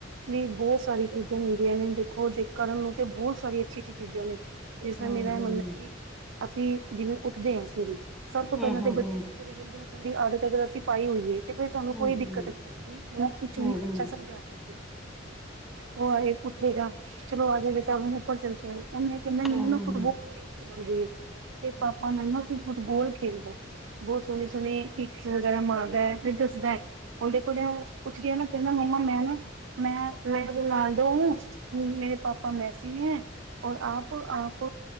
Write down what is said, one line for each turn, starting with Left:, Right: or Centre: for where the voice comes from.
Right: ਨਹੀਂ ਬਹੁਤ ਸਾਰੀ ਚੀਜ਼ਾਂ ਮਿਲ ਦੀਆ ਨੇ ਦੇਖੋ ਜੇ ਕਰਨ ਨੂੰ ਤਾਂ ਬਹੁਤ ਸਾਰੀ ਅੱਛੀ- ਅੱਛੀ ਚੀਜ਼ਾਂ ਨੇ ਇਸ ਤਰ੍ਹਾਂ
Centre: ਹਮ
Right: ਮੇਰਾ
Centre: ਹਮ
Right: ਮੰਨਣਾ ਹੈ ਕਿ ਅਸੀਂ ਜਿਵੇਂ ਉਠਦੇ ਹਾਂ ਸਵੇਰੇ ਸਭ ਤੋਂ
Centre: ਹਮ
Right: ਪਹਿਲਾਂ ਤਾਂ ਬੱਚੇ
Centre: ਹਮ
Right: ਨੂੰ ਸਵੇਰੇ ਜਲਦੀ ਉਠਣ ਦੀ ਆਦਤ ਅਗਰ ਅਸੀਂ ਪਾਈ ਹੋਈ ਏ ਤੇ ਫਿਰ ਸਾਨੂੰ
Centre: ਹਮ
Right: ਕੋਈ ਦਿੱਕਤ ਨਹੀਂ ਉਹ ਪਿਛੋ
Centre: ਹਮ ਹਮ
Right: ਅੱਛਾ ਸਮਝਾਉਣ ਵਿਚ ਉਹ ਆਏ ਪੁੱਠੇਗਾ, ਚਲੋ ਆਜੋਦੇ ਵਿੱਚ ਭ ਉਹਨੇ ਕਹਿੰਦਾ ਮੈਨੂੰ
Centre: ਹਮ ਹਮ
Right: ਨਾ ਫੁੱਟਬਾਲ ਬੜੀ ਅੱਛੀ ਲਗਦੀ ਏ ਤੇ ਪਾਪਾ ਨੂੰ ਕਹਿੰਦਾ ਵੀ ਫੁੱਟਬਾਲ ਖੇਲੋ ਬਹੁਤ ਸੋਹਣੇ -ਸੋਹਣੇ ਇਕ ਸੁਝਾਅ ਮਾਰਦਾ ਹੈ, ਫਿਰ ਦੱਸਦਾ ਹੈ। ਹੁਣ ਦੇਖੋ ਜੇ ਪੁੱਛਦੀ ਹਾਂ ਨਾ ਕਹਿੰਦਾ ਮੰਮਾ ਮੈਂ ਨੀ ਮੈਂ ਰੋਨਾਲਡੋ ਹੁ ਮੇਰੇ ਪਾਪਾ ਮੈਸੀ ਹੈ ਔਰ ਆਪ, ਆਪ